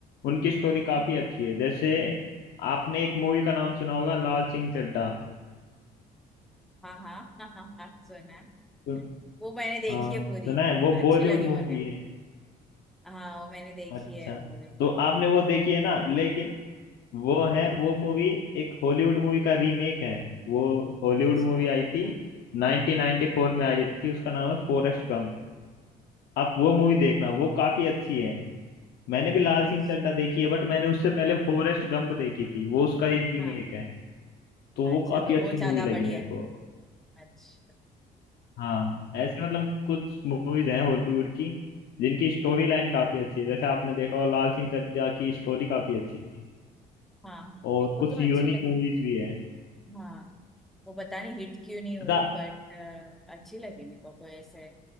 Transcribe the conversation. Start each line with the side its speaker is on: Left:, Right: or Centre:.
Left: उनकी स्टोरी काफी अच्छी है जैसे आपने एक मूवी का नाम सुना होगा लाल सिंह चड्ढा
Centre: हाँ हाँ <laughs> हाँ हाँ हाँ सुना है
Left: तो-
Centre: वो मैंने देखी
Left: हाँ
Centre: है
Left: सुना
Centre: पूरी
Left: है वो
Centre: अच्छी
Left: बॉलीवुड
Centre: लगी
Left: मूवी
Centre: मुझे
Left: है
Centre: हाँ वो मैंने देखी
Left: अच्छा
Centre: है मूवी
Left: तो आपने
Centre: हाँ
Left: वो देखी है ना लेकिन वो है
Centre: हाँ
Left: वो मूवी एक हॉलीवुड मूवी का रीमेक है वो हॉलीवुड
Centre: अच्छा
Left: मूवी
Centre: अच्छा
Left: आई थी 1994 में आई थी उसका नाम है फॉरेस्ट गंप आप वो मूवी देखना वो काफी अच्छी है मैंने भी लाल
Centre: अच्छा,
Left: सिंह चड्ढा देखी है बट मैंने उससे पहले फॉरेस्ट गंप देखी थी वो उसका एक रीमेक
Centre: हाँ
Left: है तो
Centre: अच्छा
Left: वो काफी
Centre: तो वो
Left: अच्छी
Centre: ज्यादा
Left: मूवी लगी
Centre: बढ़िया
Left: मेरे
Centre: है
Left: को
Centre: अच्छा
Left: हाँ ऐसे मतलब कुछ मूवीज हैं हॉलीवुड की जिनकी स्टोरी लाइन काफी अच्छी है जैसे आपने देखा हो लाल सिंह चड्ढा की स्टोरी काफी अच्छी थी
Centre: हाँ हाँ
Left: और
Centre: मेरे को
Left: कुछ
Centre: तो
Left: यूनिक
Centre: अच्छी लगी
Left: मूवीज भी है
Centre: हाँ वो पता नहीं हिट क्यों नहीं हुई
Left: अच्छा
Centre: बट अच्छी लगी मेरे को कोई ऐसे